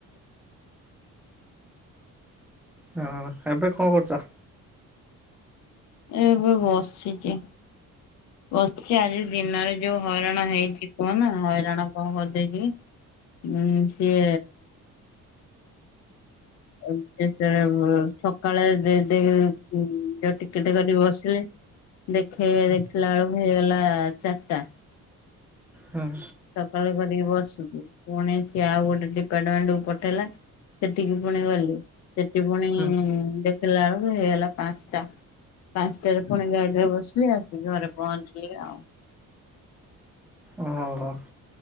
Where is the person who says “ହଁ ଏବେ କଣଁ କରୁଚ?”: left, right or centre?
Centre